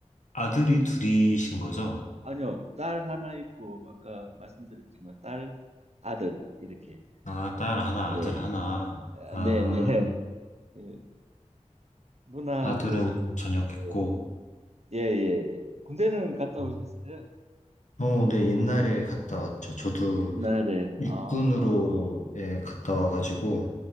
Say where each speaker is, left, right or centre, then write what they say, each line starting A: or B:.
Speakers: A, on the left (about 75°); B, on the right (about 60°).
A: 아들이 둘이신 거죠?
B: 아니요, 딸 하나 있고, 아까 말씀드렸지만, 딸, 아들, 이렇게.
A: 아, 딸 하나,
B: 예,
A: 아들 하나.
B: 아,
A: 아,
B: 네, 네. 예, 누나하고,
A: 아들은 전역했고,
B: 예, 예, 예, 예. 군대는 갔다
A: 음,
B: 오셨어요?
A: 어, 네, 옛날에 갔다 왔죠. 저도
B: 옛날에,
A: 육군으로
B: 아, 아,
A: 예, 갔다 와가지고,